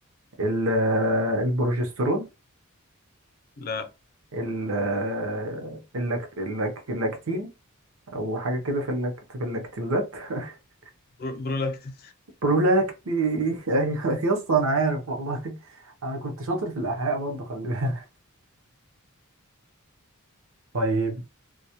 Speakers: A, on the right; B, on the left.
A: ال- آه، البروجسترون
B: لا
A: ال- آه، اللاكت- اللاك- اللاكتين او حاجه كده في اللك... في اللاكتوزات <laughs>
B: برو- برولاكتين
A: برولاكتي ايوه يا اسطى انا عارف والله انا كنت شاطر في الاحياء برضه خلي بالك طيب